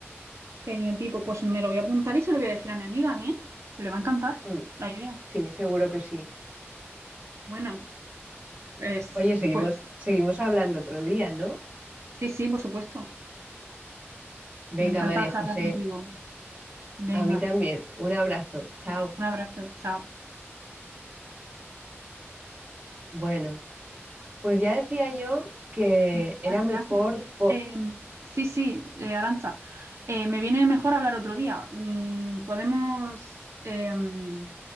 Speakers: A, on the right; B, on the right.
A: Geniotipo, pues me lo voy a apuntar y se lo voy a decir a mi amiga, ¿eh? Que le va a encantar
B: Mm,
A: la idea.
B: sí, seguro que sí.
A: Bueno, pues,
B: Oye, seguimos,
A: pues
B: seguimos hablando otro día, ¿no?
A: sí, sí, por supuesto.
B: Venga,
A: Me encanta
B: María José,
A: charlar contigo. Venga,
B: a mí también. Un abrazo. Chao.
A: un abrazo, chao.
B: Bueno. Pues ya decía yo que
A: Le
B: era
A: has-
B: mejor
A: le has-
B: po-
A: eh, sí, sí, eh, Arantxa, eh, me viene mejor hablar otro día. Mm, podemos... em,